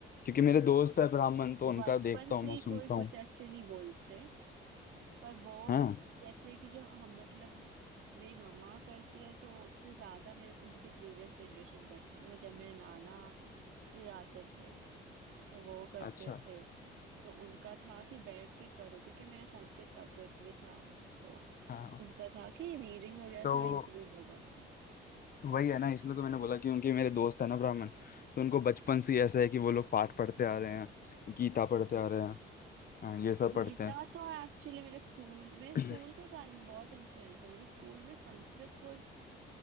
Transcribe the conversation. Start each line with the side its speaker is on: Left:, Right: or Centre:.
Left: क्योंकि मेरे दोस्त है ब्राह्मण तो उनका
Right: बचपन
Left: देखता हूँ
Right: से
Left: मैं
Right: ही
Left: सुनता
Right: कोई
Left: हूँ
Right: कुछ ऐसे नहीं बोलते पर वो
Left: हाँ
Right: जैसे कि जो हम मतलब मेरी मम्मा करती है तो उससे ज्यादा मेरे उनके प्रीवियस जनरेशन करते हैं मतलब जब मेरे नाना जी आते थे तो वो करते
Left: अच्छा
Right: थे तो उनका था कि बैठ के करो क्योंकि मेरा संस्कृत सब्जेक्ट भी था तो
Left: हाँ
Right: उनका था कि रीडिंग वगैरह
Left: तो
Right: थोड़ा इम्प्रूव होगा
Left: वही है ना इसलिए तो मैंने बोला कि उनके मेरे दोस्त है ना ब्राह्मण तो उनको बचपन से ही ऐसा है कि वो लोग पाठ पढ़ते आ रहे हैं गीता पढ़ते आ रहे हैं हाँ, ये सब
Right: गीता
Left: पढ़ते हैं
Right: तो एक्चुअली मेरे स्कूल मेरे
Left: <coughs>
Right: स्कूल के कारण बहुत इन्फ्लुएंस है मेरे स्कूल में संस्कृत वो